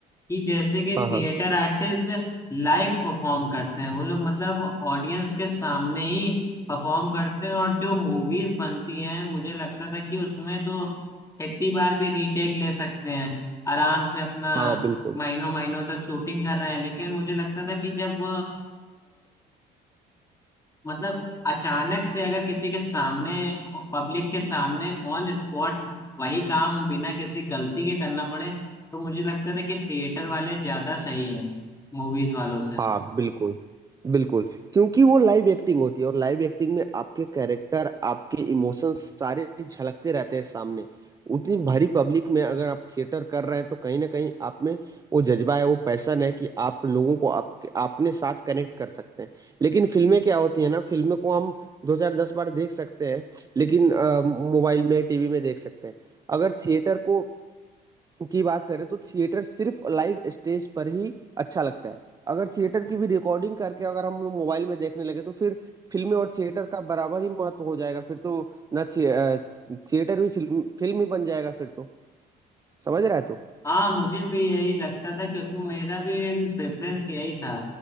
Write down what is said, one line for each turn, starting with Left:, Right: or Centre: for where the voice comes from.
Left: कि जैसे कि
Right: हाँ
Left: थिएटर
Right: हाँ
Left: आर्टिस्ट लाइव परफॉर्म करते हैं वो लोग मतलब ऑडियंस के सामने ही परफॉर्म करते हैं और जो मूवीज बनती हैं मुझे लगता था कि उसमें तो कितनी बार भी रीटेक ले सकते हैं आराम से अपना
Right: हाँ बिल्कुल
Left: महीनों महीनों तक शूटिंग कर रहे हैं लेकिन मुझे लगता था कि जब मतलब अचानक से अगर किसी के सामने पब्लिक के सामने ऑन स्पॉट वही काम बिना किसी गलती के करना पड़े तो मुझे लगता था कि थिएटर वाले ज्यादा सही है मूवीज वालों से
Right: हाँ बिल्कुल बिल्कुल क्योंकि वो लाइव एक्टिंग होती है और लाइव एक्टिंग में आपके कैरेक्टर आपके इमोशंस सारे झलकते रहते हैं सामने उतनी भरी पब्लिक में अगर आप थिएटर कर रहे हैं तो कहीं ना कहीं आप में वो जज्बा है वो पैशन है कि आप लोगों को आप अपने साथ कनेक्ट कर सकते हैं लेकिन फिल्में क्या होती है ना फिल्में को हम दो चार दस बार देख सकते हैं लेकिन अ, मोबाइल में टीवी में देख सकते हैं अगर थिएटर को की बात करें तो थिएटर सिर्फ लाइव स्टेज पर ही अच्छा लगता है अगर थिएटर की भी रिकॉर्डिंग करके अगर हम लोग मोबाइल में देखने लगे तो फिर फिल्में और थिएटर का बराबर ही महत्व हो जाएगा फिर तो ना थि, अ, थिएटर भी फिल्म फिल्म ही बन जाएगा फिर तो समझ रहा है तू
Left: हाँ मुझे भी यही लगता था क्योंकि मेरा भी प्रेफरेंस यही था